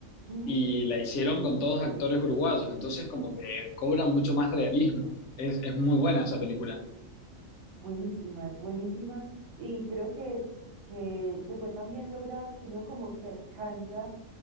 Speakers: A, on the right; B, on the left.
A: ujú.
B: y la hicieron con todos actores uruguayos, entonces como que cobra mucho más realismo. Es, es muy buena esa película.
A: Buenísima, buenísima. Y creo que, que, que fue tan bien lograda que uno como que alcanza